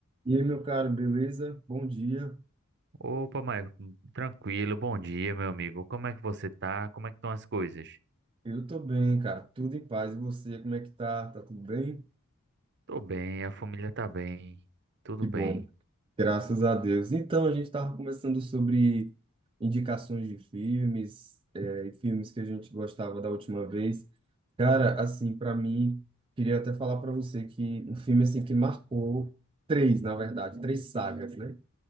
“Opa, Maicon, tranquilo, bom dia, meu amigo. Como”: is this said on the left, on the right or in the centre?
Right